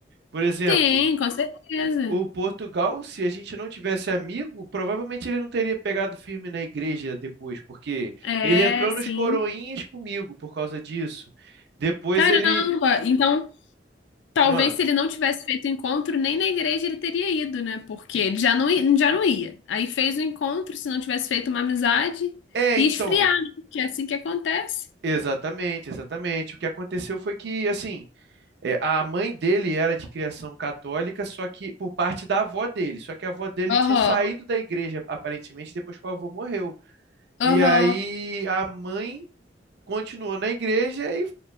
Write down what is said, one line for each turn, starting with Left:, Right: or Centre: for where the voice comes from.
Right: Por exemplo,
Left: Tem, com certeza.
Right: o Portugal, se a gente não tivesse amigo, provavelmente ele não teria pegado firme na igreja depois, porque
Left: É,
Right: ele entrou
Left: sim.
Right: nos coroinhas comigo por causa disso. Depois
Left: Caramba!
Right: ele.
Left: Então, talvez
Right: Ah,
Left: se ele não tivesse feito o encontro, nem na igreja ele teria ido, né? Porque ele já não, i- já não ia. Aí fez o encontro, se não tivesse feito uma amizade,
Right: é,
Left: e
Right: então.
Left: esfriar, né? Que é assim que acontece.
Right: Exatamente, exatamente. O que aconteceu foi que, assim. É, a mãe dele era de criação católica, só que por parte da avó dele. Só que a avó dele tinha
Left: Aham,
Right: saído da igreja, aparentemente, depois que o avô morreu. E
Left: aham,
Right: aí a mãe continuou na igreja e